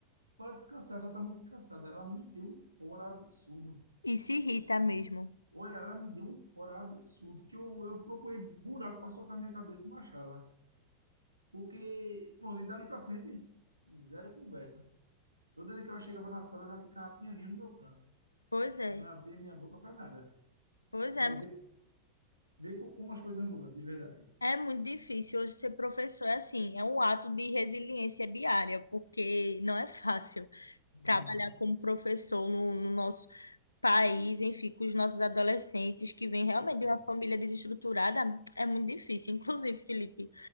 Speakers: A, on the right (about 80°); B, on the left (about 80°).
A: pode descansar, só tá muito cansada. Ela me deu um fora absurdo.
B: E se irrita mesmo.
A: Olha, ela me deu um fora absurdo, que eu, eu procurei buraco para socar minha cabeça e não achava. Porque, pronto, e dali para frente, zero conversa. Toda vez que ela chegava na sala, eu já ficava pianinho no meu canto.
B: Pois é.
A: Não abria minha boca para nada.
B: Pois é.
A: Aí vê, vê co- como as coisas mudam, de verdade.
B: É muito difícil hoje ser professor, é assim, é um ato de resiliência diária, porque não é fácil trabalhar
A: Aham,
B: como professor no, no nosso país, enfim, com os nossos adolescentes que vêm realmente
A: é,
B: de uma família desestruturada, é muito difícil. <laughs> Inclusive, Felipe,